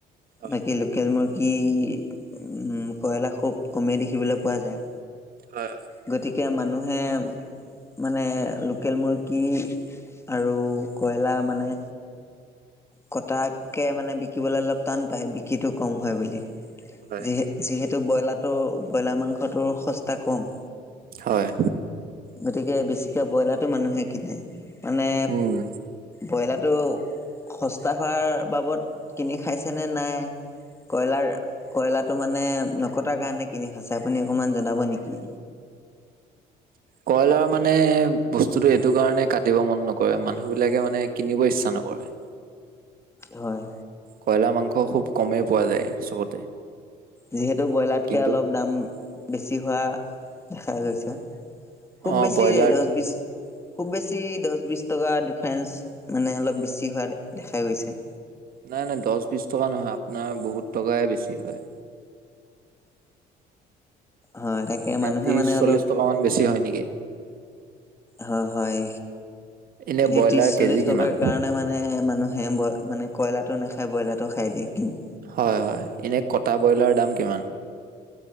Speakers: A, on the right; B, on the left.
A: হয়
B: বাকী লোকেল মুৰ্গী উম, কয়লাৰ খুব কমেই দেখিবলৈ পোৱা যায়।
A: হয়
B: গতিকে মানুহে মানে লোকেল মুৰ্গী আৰু কয়লাৰ মানে কটাকে মানে বিকিবলে অলপ টান পায় বিকিটো কম হয় বুলি।
A: হয়
B: যিহে যিহেতু ব্ৰইলাৰটো ব্ৰইলাৰ মাংসটো সস্তা কম।
A: হয়।
B: গতিকে বেছিকৈ ব্ৰইলাৰটো মানুহে কিনে, মানে
A: উম
B: ব্ৰইলাৰটো সস্তা হোৱাৰ বাবদ কিনি খাইছে নে নাই, কইলাৰ কয়লাৰটো মানে নকটাৰ কাৰণে কিনি খাইছে আপুনি অকমান জনাব নেকি।
A: কয়লাৰ মানে বস্তুটো এইটো কাৰণে কাটিব মন নকৰে মানুহবিলাকে মানে কিনিব ইচ্ছা নকৰে।
B: হয়।
A: কয়লাৰ মাংস খুব কমেই পোৱা যায় চবতে।
B: যিহেতু ব্ৰইলাৰতকে
A: কিন্তু
B: অলপ দাম বেছি হোৱা দেখা গৈছে। খুব
A: অ
B: বেছি
A: ব্ৰইলাৰ
B: দহ বিছ খুব বেছি দচ বিশ টকা ডিফাৰেঞ্চ মানে অলপ বেছি হোৱা দেখা গৈছে।
A: নাই নাই দচ বিশ টকা নহয় আপোনাৰ বহুত টকাই বেছি হয়।
B: হয় তাকে, মানুহে
A: ত্ৰিশ
B: মানে
A: চল্লিশ
B: অলপ-
A: টকা মান বেছি হয় নেকি
B: হয় হয়,
A: এনে ব্ৰইলাৰ
B: এই ত্ৰিশ
A: কেজি
B: চল্লিশ
A: কিমান
B: টকাৰ কাৰণে মানে- মানে মানুহে ব মানে কইলাৰটো নাখায় ব্ৰইলাৰ টো খাই দিয়ে কিন-
A: হয় হয়, এনেই কটা ব্ৰইলাৰ দাম কিমান?